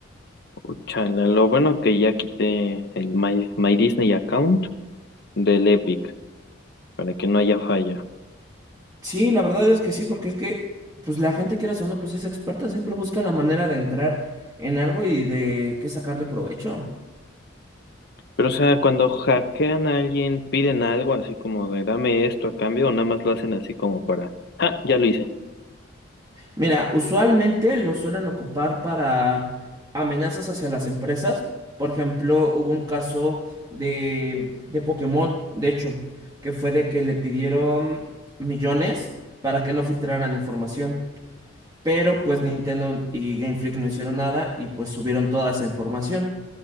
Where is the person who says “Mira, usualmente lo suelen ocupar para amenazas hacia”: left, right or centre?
Right